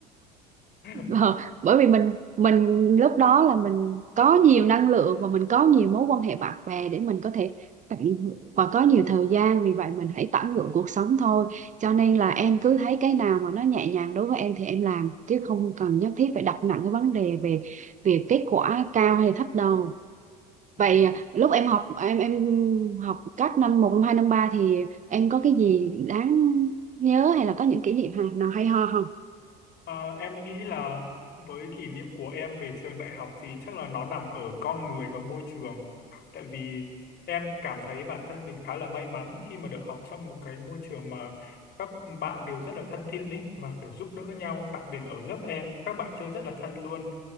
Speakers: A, on the left (about 50°); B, on the right (about 35°).
A: <laughs>
B: Ờ, bởi vì mình mình lúc đó là mình có nhiều năng lượng và mình có nhiều mối quan hệ bạn bè để mình có thể tận hưởng và có nhiều thời gian vì vậy mình hãy tận hưởng cuộc sống thôi cho nên là em cứ thấy cái nào mà nó nhẹ nhàng đối với em thì em làm chứ không cần nhất thiết phải đặt nặng cái vấn đề về về kết quả cao hay thấp đâu
A: Ừ.
B: vậy à, lúc em học em em học các năm một năm hai năm ba thì em có cái gì đáng nhớ hay là có những kỷ niệm nào hay ho không
A: À, em nghĩ là với kỷ niệm của em về trường đại học thì chắc là nó nằm ở con người và môi trường. Tại vì em cảm thấy bản thân mình khá là may mắn khi mà được học trong một cái môi trường mà các bạn đều rất là thân thiện ấy và kiểu giúp đỡ nhau, đặc biệt ở lớp em, các bạn chơi rất là thân luôn.